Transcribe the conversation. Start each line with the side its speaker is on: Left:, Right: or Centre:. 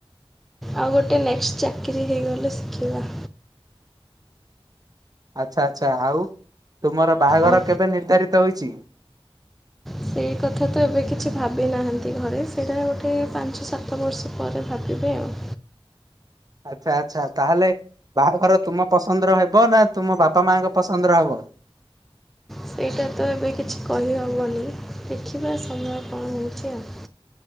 Centre: ଆଉ ଗୋଟେ ନେକ୍ସଟ ଚାକିରି ହେଇଗଲେ ଶିଖିବା।
Right: ଆଚ୍ଛା ଆଚ୍ଛା ଆଉ ତୁମର ବାହାଘର
Centre: ଆଉ
Right: କେବେ ନିର୍ଦ୍ଧାରିତ ହୋଇଛି?
Centre: ସେଇ କଥା ତ ଏବେ କିଛି ଭାବି ନାହାନ୍ତି ଘରେ ସେଇଟା ଗୋଟେ ପାଞ୍ଚ ସାତ ବର୍ଷ ପରେ ଭାବି ଏ ଆଉ
Right: ଆଚଛା ଆଚ୍ଛା ତାହେଲେ ବାହାଘର ତୁମ ପସନ୍ଦର ହେବ ନା ତୁମ ବାପା ମାଙ୍କ ପସନ୍ଦର ହବ।
Centre: ସେଇଟା ତ ଏବେ କିଛି କହିହେବନି ଦେଖିବା ସମୟ କଣ ହଉଛି ଆଉ।